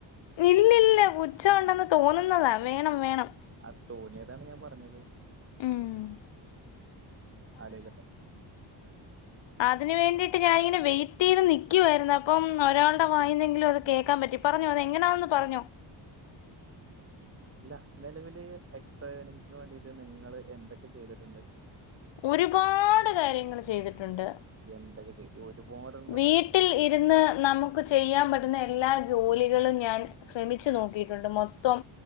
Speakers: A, on the left; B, on the right.
A: ഇല്ലില്ല പുച്ഛമുണ്ടെന്ന് തോന്നുന്നതാ വേണം വേണം.
B: ആ തോന്നിയതാണ് ഞാൻ പറഞ്ഞത്.
A: ഉം
B: ആലോയിക്കട്ടെ.
A: അതിനു വേണ്ടിട് ട്ട് ഞാനിങ്ങനെ വെയിറ്റ് ചെയ്ത് നിൽക്കുവായിരുന്നു അപ്പം ഒരാളുടെ വായുന്നെങ്കിലും അത് കേൾക്കാൻ പറ്റി പറഞ്ഞോ അത് എങ്ങനാണെന്ന് പറഞ്ഞോ
B: അല്ല നിലവല് എക്സ്ട്രാ ഏണിംഗസിന് വേണ്ടിയിട്ട് നിങ്ങള് എന്തൊക്കെ ചെയ്തിട്ടുണ്ട്.
A: ഒരുപാട് കാര്യങ്ങള് ചെയ്തിട്ടുണ്ട്.
B: എന്തക്ക ചെയ് ഈ ഒരുപാട്
A: വീട്ടിൽ ഇരുന്ന് നമുക്ക് ചെയ്യാൻ പറ്റുന്ന എല്ലാ ജോലികളും ഞാൻ ശ്രമിച്ചു നോക്കിയിട്ടുണ്ട് മൊത്തം